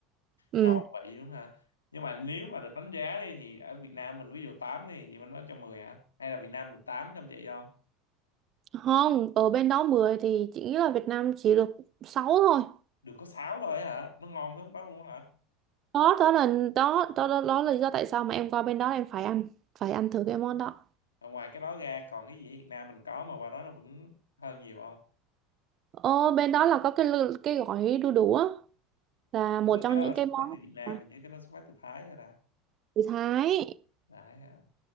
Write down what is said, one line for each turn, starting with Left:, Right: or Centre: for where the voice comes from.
Right: ừ
Left: tròn vị đúng không hả nhưng mà nếu mà được đánh giá đi thì ở Việt Nam mình ví dụ 8 đi chị mình nói cho 10 hả hay là Việt Nam được 8 trong vậy không
Right: không ở bên đó 10 thì chị nghĩ là Việt Nam chỉ được 6 thôi
Left: được có 6 thôi hả nó ngon hơn lúc đó luôn hả
Right: đó đó là đó đó đó, đó là lý do tại sao mà em qua bên đó em phải ăn phải ăn thử cái món đó
Left: Và ngoài cái đó ra còn cái gì Việt Nam mình có mà qua đó nó vẫn hơn nhiều không
Right: Ồ, bên đó là có cái lư- cái gói đu đủ á là một
Left: cái
Right: trong
Left: đó
Right: những
Left: là xuất
Right: cái món
Left: phát từ Việt Nam
Right: à,
Left: mình nhớ cái đó xuất phát từ Thái rồi ta
Right: người Thái
Left: Thái hả